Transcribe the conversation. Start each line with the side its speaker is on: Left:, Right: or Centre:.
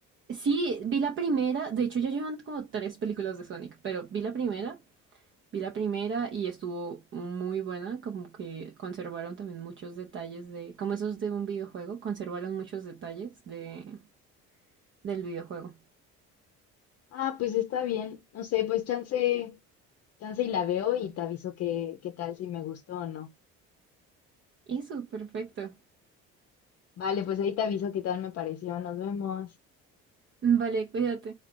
Right: Sí, vi la primera, de hecho ya llevan como tres películas de Sonic, pero vi la primera, vi la primera y estuvo muy buena, como que conservaron también muchos detalles de, como esos de un videojuego, conservaron muchos detalles de, del videojuego.
Left: Ah, pues está bien, no sé, pues chance. Chance y la veo y te aviso qué, qué tal, si me gustó o no.
Right: Eso, perfecto.
Left: Vale, pues ahí te aviso qué tal me pareció. Nos vemos.
Right: Vale, cuídate.